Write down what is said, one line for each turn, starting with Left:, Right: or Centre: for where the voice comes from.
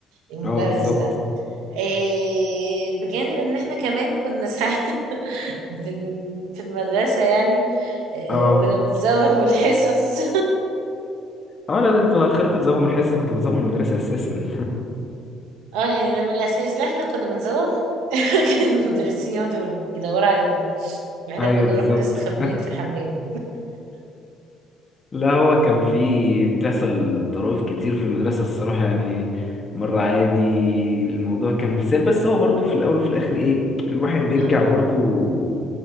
Right: المدرس
Left: اه بالظبط
Right: ده إيه بجانب ان احنا كمان كنا ساعات <laughs> بن- في المدرسة يعني إيه
Left: اه
Right: كنا بنزوغ بالحصص <laughs>
Left: اه لا ده انتوا اخركم تزوغوا من الحصه كنت بزوغ من المدرسه اساسا
Right: اه يعني ده من الاساس لا احنا كنا بنزوغ <laughs> كان المدرسين يقعدوا يدوروا علينا احنا
Left: <laughs> ايوه
Right: كنا
Left: بالظبط
Right: نروح نستخبيين في الحمام
Left: لا هو كان في بتحصل طرائف كتير في المدرسة الصراحة يعني مرة عادي الموضوع كان في سهل بس هو برضو في الأول وفي الآخر إيه الواحد بيرجع
Right: اه
Left: برضو